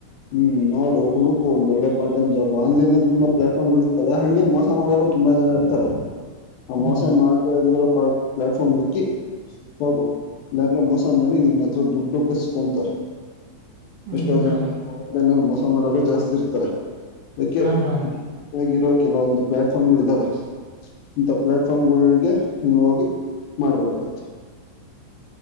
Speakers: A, on the left (about 80°); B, on the right (about 65°).
A: ಹ್ಮ್ ನೋಡು ಹುಡುಕು ಒಂದ್ ಒಳ್ಳೆ ಪಾರ್ಟ್ ಟೈಮ್ ಜಾಬು, ಆನ್ಲೈನಲ್ ತುಂಬಾ ಪ್ಲಾಟ್ಫಾರ್ಮ್ಗಳ್ ಇರ್ತವೆ ಅಂಗೆ ಮೋಸ ಮಾಡೋ ತುಂಬಾ ಜನ ಇರ್ತಾರೆ, <unintelligible>
B: ಹ್ಮ್
A: ಪ್ಲಾಟ್ಫಾರ್ಮ್ ಹುಡ್ಕಿ ಹೋಗು ಇನ್ಯಾರ್ನೋ ಮೋಸ ಮಾಡಿ ನಿನ್ ಹತ್ರ ದುಡ್ಡು ಕಸ್ಕೊಂತರೆ
B: ಹ್ಮ್
A: ಎಷ್ಟೋ
B: ಬ್ರೋ
A: ಜನ <unintelligible> ಮೋಸ ಮಾಡೋರು ಜಾಸ್ತಿ ಇರ್ತಾರೆ ಅದ್ಕೆ
B: ಹಾ ಬ್ರೋ
A: ಆಗಿರೋ ಕೆಲವೊಂದು ಪ್ಲಾಟ್ಫಾರ್ಮ್ಗಳ್ ಇದಾವೆ ಇಂಥ ಪ್ಲಾಟ್ಫಾರ್ಮ್ಗಳ್ ಒಳ್ಗೆ ನೀವ್ ಹೋಗಿ ಮಾಡ್ಬೇಕಾಗುತ್ತೆ.